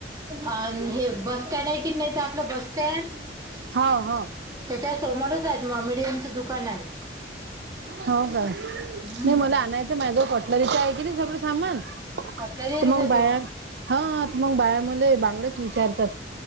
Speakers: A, on the right (about 20°); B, on the right (about 75°).
A: आण हे बस स्टँड आहे की नाही ते आपल बस स्टँड
B: हो हो
A: त्याच्या समोरच हायेत मॉमेडियमच दुकान आहे.
B: हो काय
A: हम्म
B: नाही मला आणायचय माझ कटलरीच आहे की नाही सगळ सामान.
A: कटलरी आहे
B: मंग
A: का
B: बाया
A: तो?
B: मग बाया मले बांगड्याच विचारतात.